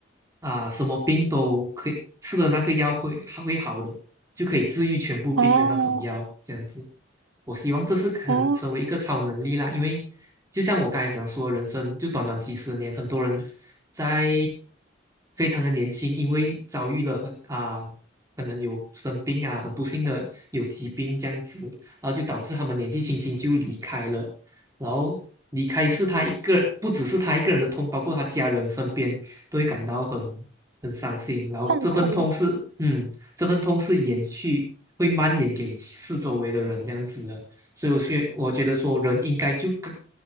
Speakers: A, on the right; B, on the right.
A: 啊什么病都可以吃的那个药会会好的，就可以治愈全部病的那种药，
B: 哦
A: 这样子。我希望这是可能成为一个超能力啦，
B: 哦，
A: 因为就像我刚才讲说，人生就短短几十年，很多人在非常的年轻，因为遭遇了很啊、可能有生病啊，很不幸的有疾病这样子，然后就导致他们年纪轻轻就离开了，然后离开是他一个，不只是他一个人的痛，包括他家人身边都会感到很很伤心，然后这份痛是，
B: 痛苦。
A: 嗯，这份痛是延续，会蔓延给四周围的人这样子的。所以我觉我觉得说人应该就跟